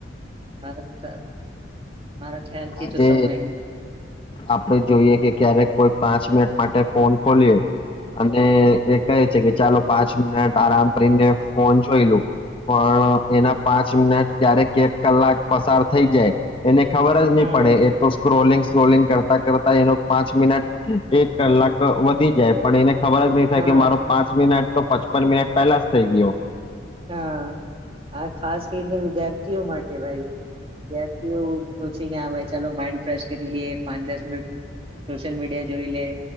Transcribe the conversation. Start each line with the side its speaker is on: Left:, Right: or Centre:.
Right: મારા મારા. ખ્યાલ થી
Left: આજે
Right: તો સમય
Left: આપડે જોઈએ કે ક્યારેક કોઈ પાંચ મિનટ માટે ફોન ખોલીએ અને એ કહે છે, કે ચાલો પાંચ મિનિટ આરામ કરીને ફોન જોઈ લું પણ એના પાંચ મિનટ ક્યારેક એક કલાક પસાર થઈ જાય એને ખબર પડે
Right: હા
Left: એ તો સ્કોરલિગ સ્કોરલીગ કરતા એનો પાંચ મિનટ, એક કલાક વધી જાય પણ એને ખબર જ નહીં થાય
Right: હા
Left: કે મારો પાંચ મિનિટ તો પચપન મિનિટ પેલાસ થઈ ગયો.
Right: હા હા ખાસ કરીને વિદ્યાર્થીઓ માટે ભાઈ વિદ્યાર્થીઓ સચે કે હા ભાઈ ચાલો માઇન્ડ ફેશ કરી લે, પાંચ દસ મિનિટ સોશિયલ મીડિયા જોઈ લે,